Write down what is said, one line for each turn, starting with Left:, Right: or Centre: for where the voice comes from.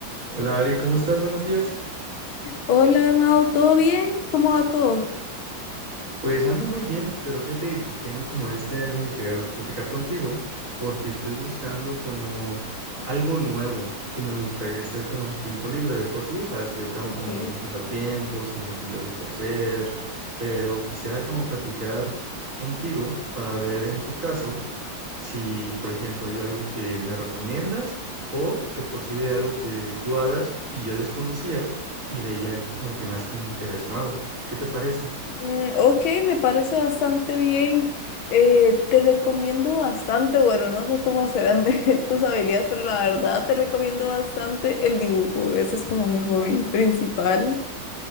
Right: Hola Ari, ¿cómo estás? Buenos días.
Left: Hola, Amado, ¿todo bien? ¿Cómo va todo?
Right: Pues ando muy bien, pero fíjate que tengo como este ánimo y quería habl- platicar contigo porque estoy buscando como algo nuevo que me gustaría hacer como en el tiempo libre. De por sí ya sabes que yo tengo
Left: Okay,
Right: como mis pasatiempos y lo que me gusta hacer, pero quisiera como platicar contigo para ver en tu caso. si, por ejemplo, hay algo que me recomiendas o de por sí de algo que tú hagas y yo desconocía y de ahí ya como que nazca un interés nuevo. ¿Qué te parece?
Left: Mm, ok, me parece bastante bien. Eh, te recomiendo bastante, bueno, no sé cómo serán de <laughs> tus habilidades, pero la verdad te recomiendo bastante el dibujo. Ese es como mi hobby principal.